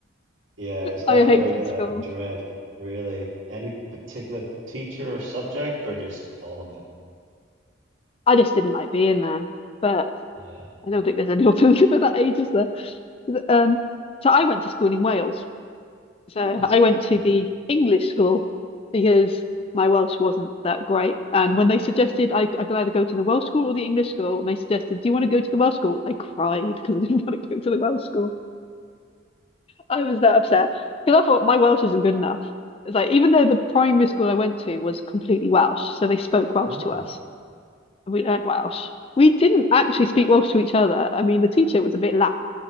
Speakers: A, on the right; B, on the left.
A: Yeah, it's definitely
B: I hated
A: uh,
B: school.
A: dread, really. Any particular teacher or subject, or just all of it?
B: I just didn't like being there. But
A: Yeah.
B: I don't think there's any <laughs> alternative at that age, is there? Um, so I went to school in Wales. So
A: Oh,
B: I went to
A: yeah.
B: the English school because my Welsh wasn't that great. And when they suggested I, I could either go to the Welsh school or the English school, and they suggested, "Do you want to go to the Welsh school?" I cried because I didn't <laughs> want to go to the Welsh school. I was that upset because I thought my Welsh isn't good enough. It's like even though the primary school I went to was completely Welsh, so they spoke Welsh
A: <laughs> Wow.
B: to us. We learned Welsh. We didn't actually speak Welsh to each other. I mean, the teacher was a bit lax.